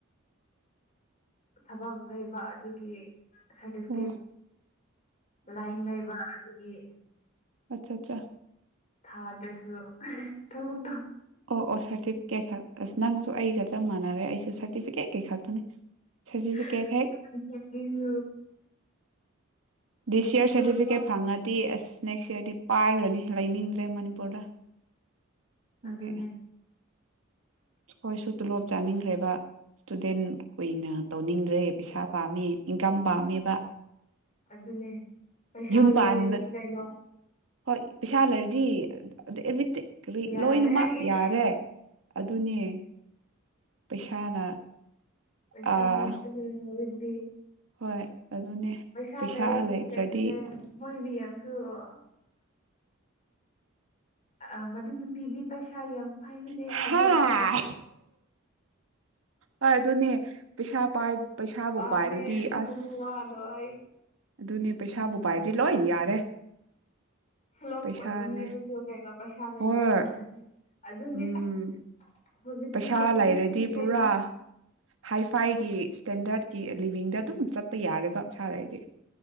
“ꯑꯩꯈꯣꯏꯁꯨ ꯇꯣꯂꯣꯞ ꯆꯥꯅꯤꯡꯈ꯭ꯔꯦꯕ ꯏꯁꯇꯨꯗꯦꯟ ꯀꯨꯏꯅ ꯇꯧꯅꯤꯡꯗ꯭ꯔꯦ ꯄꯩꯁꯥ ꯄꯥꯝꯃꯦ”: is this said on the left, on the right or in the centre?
Right